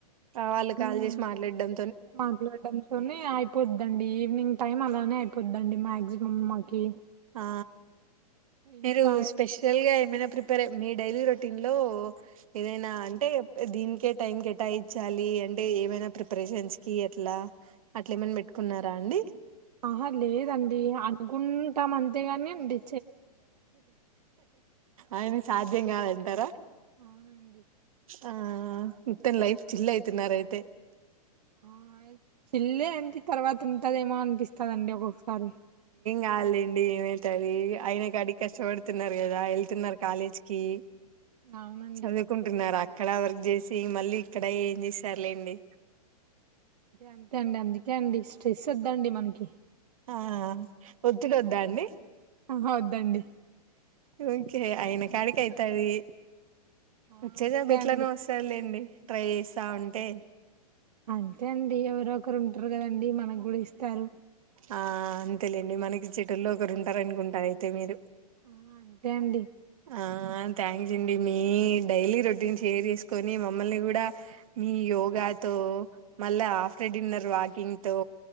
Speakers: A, on the right; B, on the right.
A: వాళ్ళు
B: హ్మ్
A: కాల్ చేసి మాట్లాడం
B: మాట్లాడడంతోనే అయిపోద్దండి ఈవినింగ్ టైం అలానే అయిపోద్దండి మ్యాగ్ సిమమ్ మాకి
A: ఆ
B: ఇంకా
A: మీరు స్పెషల్గా ఏమైనా ప్రిపేర్ మీ డైలీ రొటీన్ లో ఏదైనా అంటే దీనికే టైం కేటాయించాలి అంటే ఏమైనా ప్రిపరేషన్స్ కి అట్లా అట్లా ఏమనా పెట్టుకున్నరా అండి
B: ఆహా లేదండి అనుకుంటాం అంతేగాని డి
A: అయినా సాధ్యం కాదంటారా
B: అవునండి
A: ఆ మొత్తం లైఫ్ చిల్ అయితునారయితే
B: ఆ చిళ్లే అంటె తర్వాత ఉంటదేమో అనిపిస్తందండి ఒక్కొక్కసారి
A: కాదులెండి ఏమైతది అయిన కాడి కష్టపడుతున్నారు కదా వెళ్తున్నారు కాలేజ్ కి
B: అవునండి
A: చదువుకుంటున్నారా అక్కడ వర్క్ చేసి మళ్ళీ ఇక్కడ ఏం చేస్తారులేండి
B: అంతే అండి అందుకే అండి స్ట్రెస్ వద్దండి మనకి
A: ఆ ఒత్తిడి వద్దా అండి
B: అహ వద్దండి
A: ఓకే అయిన కాడికి అయితది
B: ఆ
A: వచ్చే
B: అంతే
A: జాబు ఎట్లయిన
B: అండి
A: వస్తది లేండి ట్రై చేస్తా ఉంటే
B: అంతే అండి ఎవరు ఒకరు ఉంటారు కదండి మనకు కూడా ఇస్తారు
A: ఆ అంతేలేండి మనకి చెటోల్లే ఒకరు ఉంటారు అనుకుంటారు అయితే మీరు
B: అ అంతే అండి
A: ఆ థ్యాంక్స్ అండి మీ డైలీ రొటీన్ షేర్ చేసుకొని మమ్మల్ని కూడా మీ యోగాతో ఓహ్ ఆఫ్రెడిన్నర్ వాకింగ్ తో